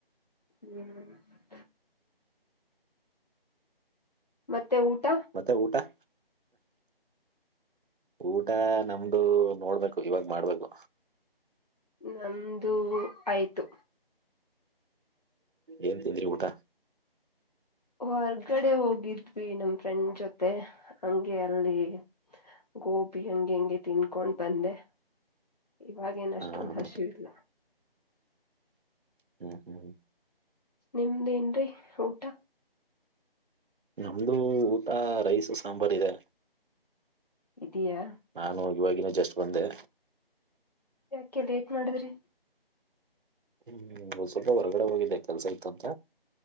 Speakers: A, on the left; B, on the right.
A: ಹ್ಮ್ ಮತ್ತೆ ಊಟ.
B: ಮತ್ತೆ ಊಟ ಹ್. ಊಟ ನಮ್ದು ನೋಡ್ಬೇಕು ಇವಾಗ್ ಮಾಡ್ಬೇಕು.
A: ನಮ್ದು ಆಯ್ತು.
B: ಏನ್ತಿಂದ್ರಿ ಊಟ.
A: ಹೊರ್ಗಡೆ ಹೋಗಿದ್ವಿ ನಮ್ ಫ್ರೆಂಡ್ ಜೊತೆ ಹಂಗೆ ಅಲ್ಲಿ ಗೋಬಿ ಹಂಗೆ ಹಂಗೆ ತಿನ್ಕೊಂಡ್ ಬಂದೆ. ಇವಾಗೇನ
B: ಹಾ
A: ಅಷ್ಟೊಂದು
B: ಹಾ ಹಾ
A: ಹಶಿವಿಲ್ಲ.
B: ಹ್ಮ್ ಹ್ಮ್.
A: ನಿಮ್ದೇನ್ರಿ ಊಟ.
B: ನಮ್ದು ಊಟ ರೈಸ್ ಸಾಂಬಾರ್ ಇದೆ.
A: ಇದಿಯಾ.
B: ನಾನು ಇವಾಗಿನು ಜಸ್ಟ್ ಬಂದೆ.
A: ಯಾಕೆ ಲೇಟ್ ಮಾಡದ್ರಿ.
B: ಹ್ಮ್ ಒದ್ ಸ್ವಲ್ಪ ಹೊರಗಡೆ ಹೋಗಿದ್ದೆ ಕೆಲ್ಸ ಇತ್ತುಂತ.